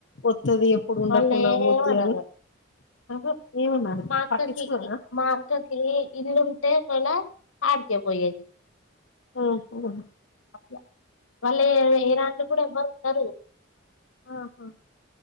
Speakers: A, on the left; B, on the left.
A: వత్తది ఎప్పుడు ఉండకుండా
B: వాళ్ళేమ్
A: పోద్ది
B: అనరు
A: అని
B: మ్మ్ హ్మ్
A: ఏమన్నారు
B: మా అక్కకి
A: పట్టించుకోరా
B: మా అక్కకి ఇల్లుంటే ఒకవేళ. ఆడికే పోయేది
A: హ్మ్
B: అట్లా మళ్ళీ ఏనాటి కూడా ఇవ్వరు తరు
A: ఆహా